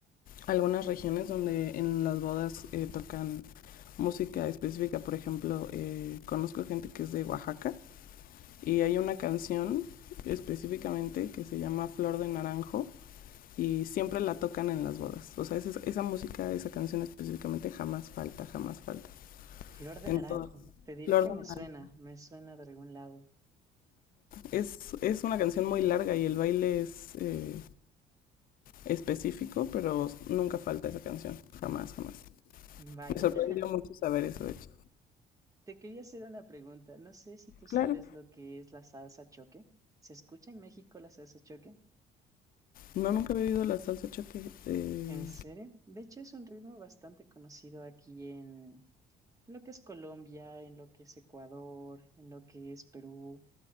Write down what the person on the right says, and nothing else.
Flor de
naranjo, te diré
que
me suena,
me suena de algún lado.
Vaya.
<laughs>
Te quería hacer una pregunta. No sé si tú sabes
lo que es la salsa choque. ¿Se escucha en México la salsa choque?
¿En serio? De hecho, es un ritmo bastante conocido aquí en lo que es Colombia, en lo que es Ecuador, en lo que es Perú.